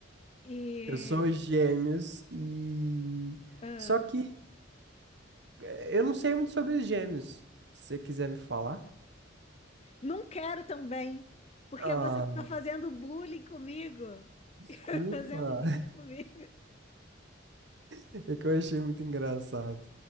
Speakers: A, on the left (about 30°); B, on the right (about 55°).
A: e.
B: Eu sou gêmeos e.
A: ah,
B: Só que eh, eu não sei muito sobre gêmeos. Se você quiser me falar.
A: não quero também, porque
B: Ah,
A: você fica fazendo bullying comigo.
B: desculpa.
A: <laughs> Fazendo bullying
B: <laughs>
A: comigo.
B: É que eu achei muito engraçado.